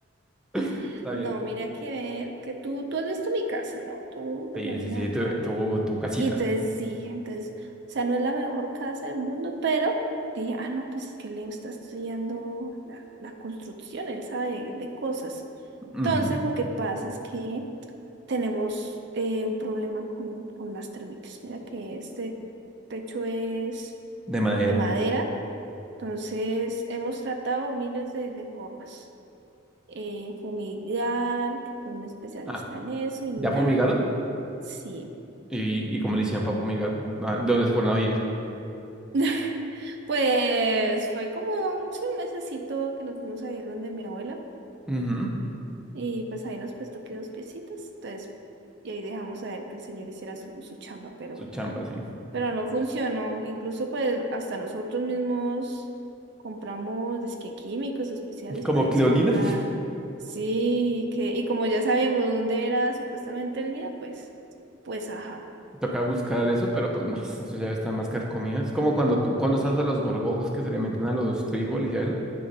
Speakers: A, in the centre; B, on the right (about 55°).
A: <laughs>
B: <laughs>
A: Está
B: no,
A: bien.
B: mira que ver, que tú, tú has visto mi casa, ¿no? Tú cuando
A: Sí,
B: vine
A: sí, sí,
B: acá.
A: tu, tu, tu casita.
B: Y entonces sí, entonces, o sea, no es la mejor casa del mundo, pero dije, ah, no, pues que Leo está estudiando la, la construcción, él sabe de cosas.
A: Ujú,
B: Entonces, lo que pasa es que tenemos eh, un problema con, con las térmicas. Mira que este techo es
A: De madera.
B: de madera, entonces hemos tratado miles de, de formas. Eh, fumigar, que un especialista
A: Ah,
B: en eso y nada.
A: ¿ya fumigaron?
B: Sí.
A: ¿Y, y cómo le hicieron para fumigar? Ah, ¿De dónde se fueron a vivir?
B: <laughs> Pues fue como un, sí, un mesecito que nos fuimos a ir donde mi abuela
A: Ujú,
B: y pues ahí nos prestó que dos piecitos, entonces y ahí dejamos a ver que el señor hiciera su, su chamba, pero,
A: Su chamba, sí.
B: pero no funcionó, incluso pues hasta nosotros mismos compramos disque químicos especiales
A: <laughs> Como
B: para
A: Cleolina.
B: eso y nada, sí, y que, y como ya sabíamos dónde era supuestamente el nido, pues, pues ajá,
A: Toca buscar eso, pero pues no, eso ya están más carcomido. Es como cuando tú, cuando estás a los gorgojos que se le meten a los frijoles y a eso.